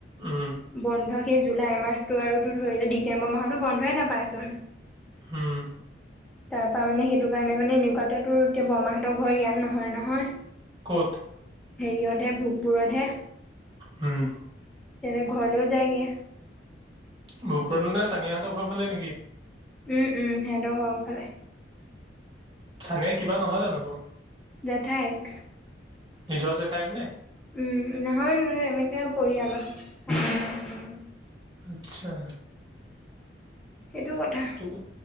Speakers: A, on the right (about 25°); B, in the centre.
A: উম
B: বন্ধ সেই জুলাই মাহটো আৰু ধৰি ডিচেম্বৰ মাহতো বন্ধয়েই নাপাই চোন।
A: হুম।
B: তাৰ পৰানে মানে সেইটো কাৰণে মানে এনেকুৱাতে তোৰ এতিয়া বৰমাহঁতৰ ঘৰ ইয়ান নহয়-নহয়।
A: ক'ত?
B: হেৰিয়তহে ভোগপুৰতহে।
A: উম।
B: তেনে ঘৰলৈ যায়গে।
A: ভূপুৰে চানিয়াহঁতৰ ফালে নেকি?
B: উম, উম, সিহঁত ঘৰফালে।
A: চানিয়ে কিবা নহয় জানো বৌ?
B: জেঠায়েক।
A: নিজৰ জেঠায়েক নে?
B: উম, নহয় মানে এনেকে পৰিয়ালৰ।
A: আচ্ছা।
B: সেইটো কথা।
A: তোক